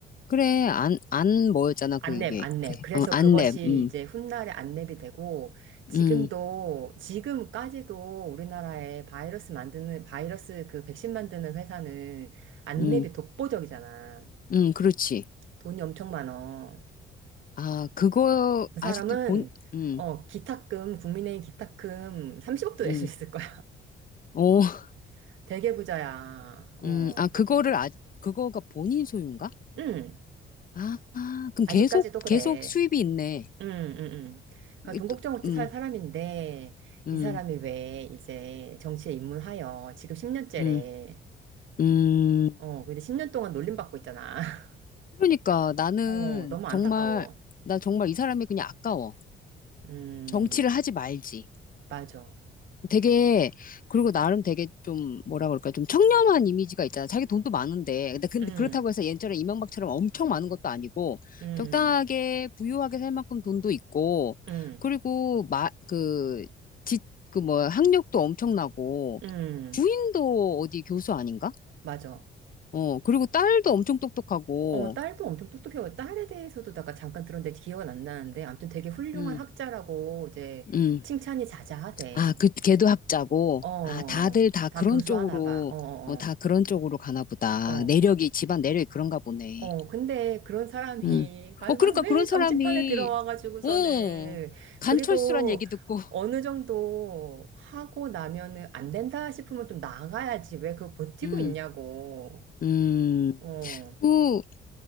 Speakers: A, on the left; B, on the right.
A: 그래. 안, 안 뭐였잖아,
B: 안랩,
A: 그 이게.
B: 안랩.
A: 그,
B: 그래서
A: 어, 안랩,
B: 그것이
A: 음,
B: 이제 훗날에 안랩이 되고, 지금도,
A: 음,
B: 지금까지도 우리나라에 바이러스 만드는, 바이러스 그 백신 만드는 회사는 안랩이
A: 음,
B: 독보적이잖아.
A: 음, 그렇지.
B: 돈이 엄청 많어.
A: 아, 그거,
B: 그 사람은,
A: 아직도 본, 음,
B: 어, 기탁금, 국민의힘 기탁금 30억도 낼
A: 음,
B: 수 있을 거야.
A: 오, <laughs>
B: <laughs> 되게 부자야. 어.
A: 음, 아, 그거를, 아, 그거가 본인 소유인가?
B: 응,
A: 아, 아, 그럼
B: 아직까지도
A: 계속,
B: 그래.
A: 계속 수입이 있네.
B: 음, 음, 음. 그러니까
A: 이
B: 동국정우치
A: 또- 음,
B: 살 사람인데
A: 음,
B: 이 사람이 왜 이제 정치에 입문하여 지금 10년째래.
A: 음, 음.
B: 어, 근데 10년 동안 놀림받고 있잖아. <laughs>
A: 그러니까 나는
B: 어, 너무 안타까워.
A: 정말, 나 정말 이 사람이 그냥 아까워.
B: 음,
A: 정치를 하지 말지.
B: 맞아.
A: 되게 그리고 나름 되게 좀 뭐라 그럴까 좀 청렴한 이미지가 있잖아. 자기 돈도 많은데 근데 근데
B: 음,
A: 그렇다고 해서 옛날에 이명박처럼 엄청 많은 것도 아니고
B: 음,
A: 적당하게 부유하게 살 만큼 돈도 있고
B: 음,
A: 그리고 마그지그뭐 학력도 엄청나고
B: 음,
A: 부인도 어디 교수 아닌가?
B: 맞아.
A: 어 그리고 딸도 엄청 똑똑하고
B: 어, 딸도 엄청 똑똑해요. 딸에 대해서도 내가 잠깐 들었는데 기억은 안 나는데 아무튼 되게 훌륭한
A: 음
B: 학자라고 이제
A: 음.
B: 칭찬이 자자하대.
A: 아, 그, 걔도 합자고.
B: 어,
A: 아, 다들 다
B: 다
A: 그런
B: 교수하나
A: 쪽으로,
B: 봐. 어, 어,
A: 어, 다 그런 쪽으로 가나 보다.
B: 어. 어.
A: 내력이, 집안 내력이 그런가 보네.
B: 어, 근데 그런 사람이
A: 음.
B: <laughs> 아,
A: 어, 그러니까
B: 막왜
A: 그런
B: 정치판에
A: 사람이,
B: 들어와가지고서는
A: 어, 간철수란
B: 그리고
A: 얘기 듣고, <laughs>
B: 어느 정도 하고 나면은 안 된다 싶으면 좀 나가야지 왜 그거 버티고
A: 음,
B: 있냐고.
A: 음.
B: 어,
A: 그,